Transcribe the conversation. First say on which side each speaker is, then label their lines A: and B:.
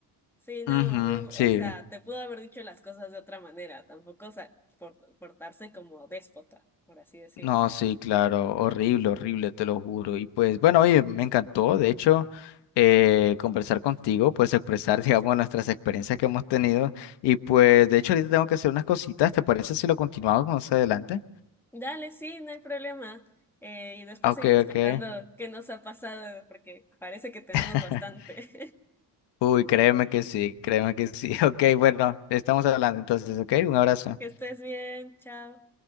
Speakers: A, in the centre; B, on the left.
A: Sí, no,
B: Ujú,
A: muy, o
B: sí.
A: sea, te pudo haber dicho las cosas de otra manera, tampoco, o sea, por- portarse como déspota, por así decirlo.
B: No, sí, claro, horrible, horrible, te lo juro. Y pues, bueno, oye, me encantó, de hecho, eh, conversar contigo, pues expresar, <laughs> digamos, nuestras experiencias que hemos tenido. Y pues, de hecho, ahorita tengo que hacer unas cositas, ¿te parece si lo continuamos más adelante?
A: Dale, sí, no hay problema. Eh, y después
B: Ok,
A: seguimos
B: ok.
A: contando qué nos ha pasado, porque parece que tenemos
B: <laughs>
A: bastante. <laughs>
B: Uy, créeme que sí, créeme que sí. <laughs> Ok, bueno, estamos hablando entonces, ok, un abrazo.
A: Que estés bien, chao.